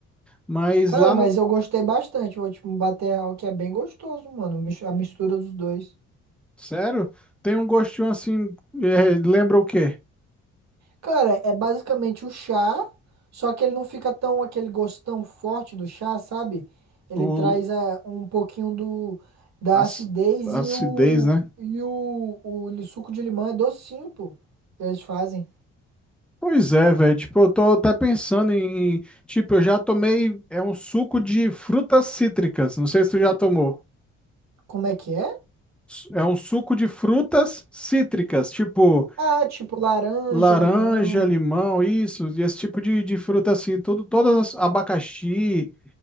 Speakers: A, in the centre; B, on the right.
A: Mas
B: Cara,
A: lá
B: mas
A: no.
B: eu gostei bastante. Vou, tipo, bater real que é bem gostoso, mano. mis- A mistura dos dois.
A: Sério, tem um gostinho assim, eh, lembra o quê?
B: Cara, é basicamente o chá, só que ele não fica tão aquele gosto tão forte do chá, sabe? Ele
A: O
B: traz a, um pouquinho do da
A: Ac-
B: acidez
A: Acidez,
B: e o
A: né?
B: e o, o li- suco de limão é docinho, pô. que Eles fazem.
A: Pois é, velho. Tipo, eu tô até pensando em. em- Tipo, eu já tomei. É um suco de frutas cítricas. Não sei se tu já tomou.
B: Como é que é?
A: Su- É um suco de frutas cítricas. Tipo,
B: Ah, tipo laranja,
A: laranja,
B: limão.
A: limão, isso. Esse tipo de, de fruta assim. Tudo, todas as. Abacaxi.